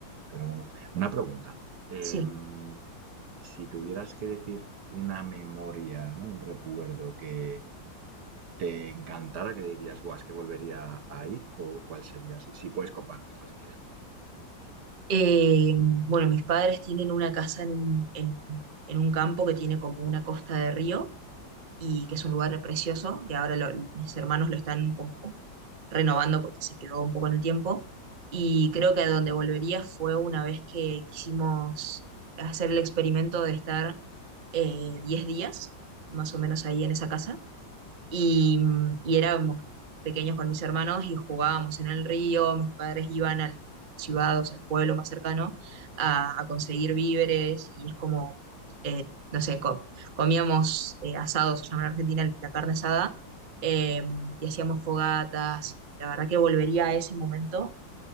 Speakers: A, on the right; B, on the right.
A: Pero bueno, una pregunta. em,
B: sí.
A: si tuvieras que decir una memoria, ¿no? Un recuerdo que te encantara, que dirías, guau, es que volvería ahí, cu- ¿cuál sería? Si, si puedes compartirlo, si quieres compartirlo.
B: Eh, bueno, mis padres tienen una casa en un, en, en un campo que tiene como una costa de río y que es un lugar precioso, que ahora lo- mis hermanos lo están como renovando porque se quedó un poco en el tiempo. Y creo que a donde volvería fue una vez que quisimos hacer el experimento de estar eh, 10 días, más o menos ahí en esa casa. y, y éramos pequeños con mis hermanos y jugábamos en el río, mis padres iban al ciudad, o sea, al pueblo más cercano, a, a conseguir víveres y es como, eh, no sé, co- comíamos eh, asados, se llama en Argentina la carne asada, eh, y hacíamos fogatas, la verdad que volvería a ese momento